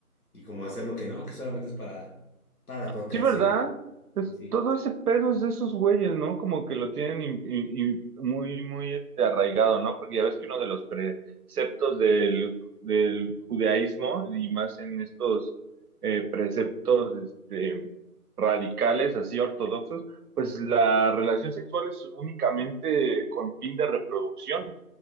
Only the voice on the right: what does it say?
Sí, ¿verdad? Es,
todo ese pedo es de esos güeyes, ¿no? Como que lo tienen im- i- i- muy, muy este, arraigado, ¿no? Porque ya ves que uno de los preceptos del, del judaísmo, y más en estos eh, preceptos este, radicales, así ortodoxos, pues la relación sexual es únicamente con fin de reproducción,